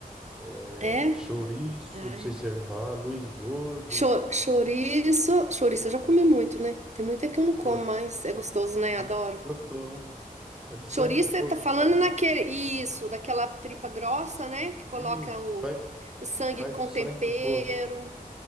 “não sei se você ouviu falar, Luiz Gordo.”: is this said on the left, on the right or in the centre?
Centre